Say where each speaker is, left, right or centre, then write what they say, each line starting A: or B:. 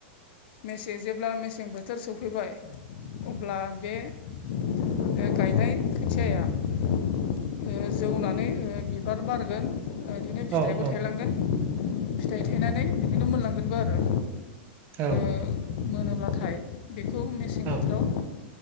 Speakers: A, on the left (about 60°); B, on the right (about 35°).
A: मेसें जेब्ला मेसें बोथोर सफैबाय अब्ला बे ओ गाय थाय खोथियाया ओ जौनानै ओ बिबार बारगोन ओदिनो फिथाइबो
B: औ
A: थायलांगोन फिथाइ थायनानै नै बिदिनो मोनलांगोनबो आरो
B: औ
A: ओ मोनोब्लाथाय बेखौ मेसें बोथोराव
B: औ